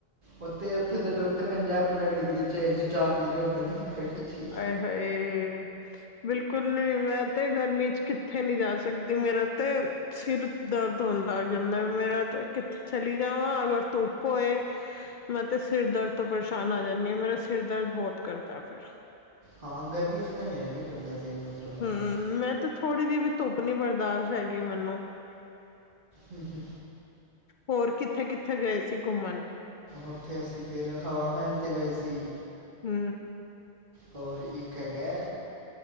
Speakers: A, on the right; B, on the left.
A: ਉੱਥੇ-ਉੱਥੇ ਦੇ ਲੋਕ ਤਾਂ ਪੰਜਾਹ-ਪੰਜਾਹ ਡਿਗਰੀ 'ਚ ਏਹੋ ਜੀ ਚਾਹ ਪੀ ਰਹੇ ਹੁੰਦੇ ਨੇ ਗਰਮੀ 'ਚ ਹੀ।
B: ਆਏ ਹਾਏ ਬਿਲਕੁਲ ਕਲਿ ਮੈਂ ਤੇ ਗਰਮੀ ਚ ਕਿੱਥੇ ਨੀ ਜਾ ਸਕਦੀ ਮੇਰਾ ਤੇ ਸਿਰ ਦਰਦ ਹੋਣ ਲੱਗ ਜਾਂਦਾ ਮੇਰਾ ਤੇ ਕਿੱਥੇ ਚਲੀ ਜਾਵਾਂ ਅਗਰ ਧੁੱਪ ਹੋਏ ਮੈਂ ਤੇ ਸਿਰ ਦਰਦ ਤੋਂ ਪਰੇਸ਼ਾਨ ਆ ਜਾਂਦੀ ਹਾਂ ਮੇਰਾ ਸਿਰ ਦਰਦ ਬਹੁਤ ਕਰਦਾ ਫੇਰ
A: ਹਾਂ ਗਰਮੀ ਚ ਤਾਂ ਮੇਰੇ ਵੀ ਕਰਦਾ ਸੀ ਥੋੜਾ ਥੋੜਾ
B: ਹੂੰ, ਮੈਂ ਤੇ ਥੋੜ੍ਹੀ ਜਿਹੀ ਵੀ ਧੁੱਪ ਨੀ ਬਰਦਾਸ਼ਤ ਹੈਗੀ ਮੈਨੂੰ
A: ਹੂੰ ਹੂੰ
B: ਹੋਰ ਕਿੱਥੇ-ਕਿੱਥੇ ਗਏ ਸੀ ਘੁੰਮਣ
A: ਉੱਥੇ ਅਸੀਂ ਫਿਰ ਹਵਾ ਮਹਿਲ 'ਤੇ ਗਏ ਸੀ
B: ਹੂੰ
A: ਹੋਰ ਇੱਕ ਹੈਗੈ